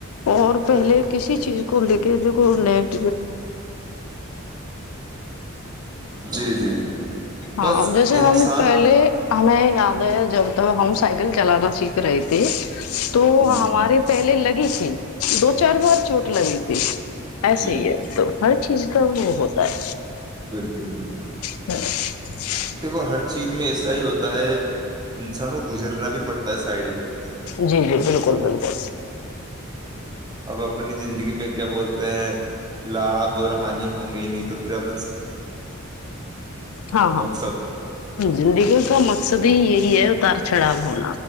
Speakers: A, on the left; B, on the right.
A: اور پہلے
B: تو
A: کسی چیز کو ل کہ جو کو نٹ
B: جی جی
A: ہاں
B: بس
A: جیسے
B: انسان
A: ہم پہلے ہمیں یاد ہے جب تب ہم سائیکل چلانا سیکھ رہے تھے تو
B: جی
A: ہمارے پہلے لگ گی تھی دو چار بار چوٹ لگی تھی ایسے
B: جی
A: ہی ہے تو ہر چیز کا وہ ہوتا ہے
B: بالکل بالکل
A: ہاں
B: دیکھو ہر چیز میں ایسا ہی ہوتا ہے انسان کو گزرنا بھی پڑتا ہے سائڈ افیکٹ سے
A: جی جی بالکل بالکل
B: اب اپنی زندگی میں کیا بولتے ہیں لابھ اور ہانی ہوں گی ہی نہیں تو پھر آپ
A: ہاں ہاں
B: مقصد
A: زندگی کا مقصد ہی یہی ہے اتار چھڑاؤ ہونا